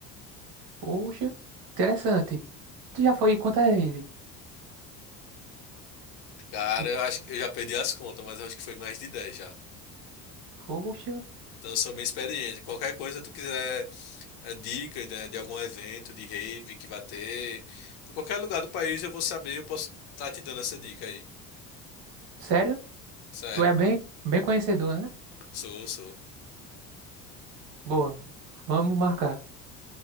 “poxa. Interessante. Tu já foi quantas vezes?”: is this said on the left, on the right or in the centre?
Right